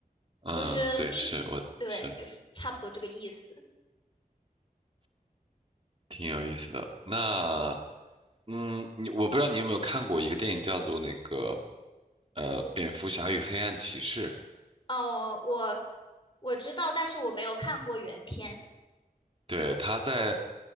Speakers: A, on the right (about 40°); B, on the left (about 35°).
A: 嗯，
B: 就是命运对，
A: 对，是我是
B: 就是差不多这个意思。
A: 挺有意思的。那嗯，你我不知道你有没有看过一个电影叫做那个呃《蝙蝠侠与黑暗骑士》。
B: 哦，我我知道，但是我没有看过原片。
A: 对，他在